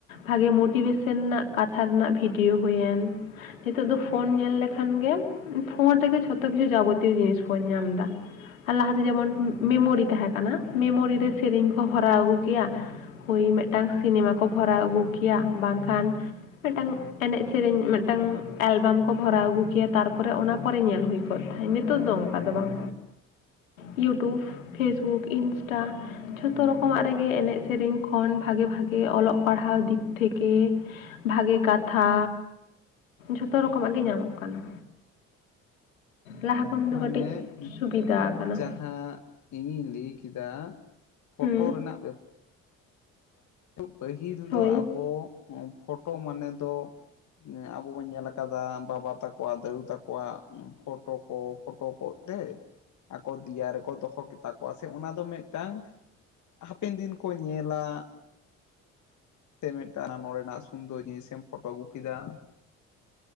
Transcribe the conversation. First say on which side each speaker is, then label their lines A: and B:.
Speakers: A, on the left; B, on the left.
A: ᱵᱷᱟᱜᱮ ᱢᱳᱴᱤᱵᱷᱮᱥᱮᱱ ᱨᱮᱱᱟᱜ ᱠᱟᱛᱷᱟ ᱨᱮᱱᱟᱜ ᱵᱷᱤᱰᱤᱭᱳ ᱦᱩᱭᱮᱱ ᱱᱤᱛᱚᱜ ᱫᱚ ᱯᱷᱳᱱ ᱧᱮᱞ ᱞᱮᱠᱷᱟᱱ ᱜᱮᱢ ᱯᱷᱳᱱ ᱨᱮᱜᱮ ᱡᱷᱚᱛᱚ ᱠᱤᱪᱷᱩ ᱡᱟᱵᱚᱛᱤᱭᱚ ᱡᱤᱱᱤᱥ ᱵᱚᱱ ᱧᱟᱢᱫᱟ ᱟᱨ ᱞᱟᱦᱟᱛᱮ ᱡᱮᱢᱚᱱ ᱢᱮᱢᱳᱨᱤ ᱛᱟᱸᱦᱮ ᱠᱟᱱᱟ ᱢᱮᱢᱳᱨᱤ ᱨᱮ ᱥᱮᱨᱮᱧ ᱠᱚ ᱵᱷᱚᱨᱟᱣ ᱟᱹᱜᱩ ᱠᱮᱭᱟ ᱦᱩᱭ ᱢᱮᱫᱴᱟᱝ ᱥᱤᱱᱮᱢᱟ ᱠᱚ ᱵᱷᱚᱨᱟᱣ ᱟᱹᱜᱩ ᱠᱮᱭᱟ ᱵᱟᱝᱠᱷᱟᱱ ᱢᱮᱫᱴᱟᱝ ᱮᱱᱮᱡᱽ ᱥᱮᱨᱮᱧ ᱢᱮᱫᱴᱟᱝ ᱮᱞᱵᱟᱢ ᱠᱚ ᱵᱷᱚᱨᱟᱣ ᱟᱹᱜᱩ ᱠᱮᱭᱟ ᱛᱟᱨᱯᱚᱨᱮ ᱚᱱᱟ ᱯᱚᱨᱮ ᱧᱮᱞ ᱦᱩᱭᱠᱚᱜᱼᱟ <unintelligible> ᱱᱤᱛᱚᱜ ᱫᱚ ᱚᱱᱠᱟ ᱫᱚ ᱵᱟᱝ ᱤᱭᱩᱴᱩᱵᱽ, ᱯᱷᱮᱥᱵᱩᱠ, ᱤᱱᱥᱴᱟ ᱡᱷᱚᱛᱚ ᱨᱚᱠᱚᱢᱟᱜ ᱨᱮᱜᱮ ᱮᱱᱮᱡ ᱥᱮᱨᱮᱧ ᱠᱷᱚᱱ ᱵᱷᱟᱜᱮ ᱵᱷᱟᱜᱮ ᱚᱞᱚᱜ ᱯᱟᱲᱦᱟᱣ ᱫᱤᱠ ᱛᱷᱮᱠᱮ ᱵᱷᱟᱜᱮ ᱠᱟᱛᱷᱟ ᱡᱷᱚᱛᱚ ᱨᱚᱠᱚᱢᱟᱜ ᱜᱮ ᱧᱟᱢᱚᱜ ᱠᱟᱱᱟ ᱞᱟᱦᱟ ᱠᱷᱚᱱ
B: ᱢᱟᱱᱮ
A: ᱫᱚ ᱠᱟᱹᱴᱤᱡ ᱥᱩᱵᱤᱫᱟ ᱟᱠᱟᱱᱟ
B: ᱡᱟᱦᱟᱸ ᱤᱧᱤᱧ ᱞᱟᱹᱭ ᱠᱮᱫᱟ ᱯᱷᱳᱴᱳ
A: ᱦᱩᱸ
B: ᱨᱮᱱᱟᱜ ᱵᱮᱯᱟᱨ ᱯᱟᱹᱦᱤᱞ
A: ᱦᱳᱭ
B: ᱫᱚ ᱟᱵᱚ ᱯᱷᱳᱴᱳ ᱢᱟᱱᱮ ᱫᱚ ᱟᱵᱚ ᱵᱚᱱ ᱧᱮᱞ ᱠᱟᱫᱟ ᱵᱟᱵᱟ ᱛᱟᱠᱚᱣᱟ ᱫᱟᱹᱫᱩ ᱛᱟᱠᱚᱣᱟᱜ ᱯᱷᱳᱴᱳ ᱠᱚ ᱯᱷᱳᱴᱳ ᱠᱚ ᱛᱮ ᱟᱠᱟ ᱫᱤᱭᱟ ᱨᱮᱠᱚ ᱫᱚᱦᱚ ᱠᱮᱫᱼᱼ ᱛᱟᱠᱚᱣᱟ ᱥᱮ ᱚᱱᱟ ᱫᱚ ᱢᱤᱫᱴᱟᱝ ᱦᱟᱯᱮᱱ ᱫᱤᱱ ᱠᱚ ᱧᱮᱞᱟ ᱛᱮ ᱢᱮᱫ ᱴᱟᱱ ᱟᱢ ᱱᱚᱰᱮᱱᱟᱜ ᱥᱩᱱᱫᱚᱨ ᱡᱤᱱᱤᱥᱮᱢ ᱯᱷᱳᱴᱳ ᱟᱹᱜᱩ ᱠᱮᱫᱟ